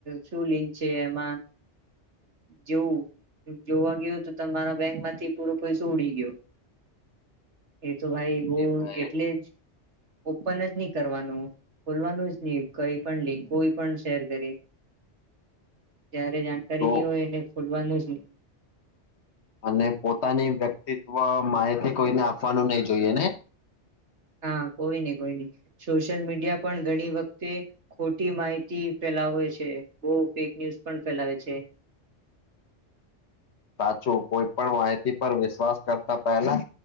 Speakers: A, on the right (about 75°); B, on the left (about 70°).
A: શું લિંક છે એમાં જેવું જોવા ગયો તો તમારા બેંકમાંથી પૂરો પૈસો ઉડી ગયો. એ તો ભાઈ બોવ
B: એ ભાઈ
A: એટલે જ ઓપન જ નહી કરવાનું. ખોલવાનું જ ની કઈ પણ લિંક કોઈ પણ શેર કરી જયારે જાણકારીની
B: તો
A: હોય ને બોલવાનું જ ની
B: અને પોતાની વ્યક્તિત્વ માહિતી કોઈને આપવાનું નહી જોઈએ ને
A: હા કોઈ ની કોઈ ની સોશિયલ મીડિયા પણ ઘણી વખતે ખોટી માહિતી ફેલાવે છે બો ફેક ન્યુઝ પણ ફેલાવે છે.
B: સાચું કોઈ પણ માહિતી પર વિશ્વાસ કરતા પહેલા